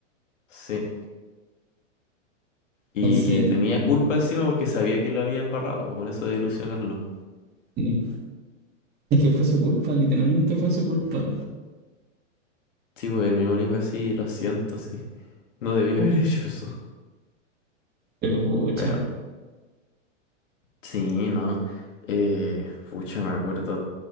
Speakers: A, on the left; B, on the right.
A: Sí. Y,
B: Entonces,
A: y tenía
B: no
A: culpa
B: lo puedo
A: encima porque sabía que lo había embarrado, pues, con eso de ilusionarlo.
B: decir. Es que fue su culpa, literalmente fue su culpa.
A: Sí, pues el mismo le dijo así, lo siento, sí. No debía haber <laughs> hecho eso.
B: Pero, pucha.
A: Pero Sí, ¿no? Eh, pucha, me acuerdo